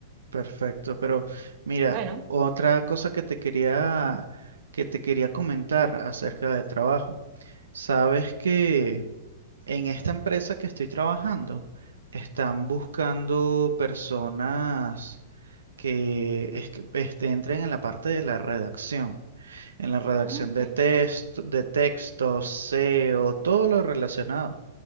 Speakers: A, on the right; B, on the right.
A: perfecto. Pero mira,
B: Bueno,
A: otra cosa que te quería, que te quería comentar acerca del trabajo. Sabes que En esta empresa que estoy trabajando, están buscando personas que, es- que, este, entren en la parte de la redacción, en la redacción
B: ah, ok,
A: de test, de textos, SEO, todo lo relacionado.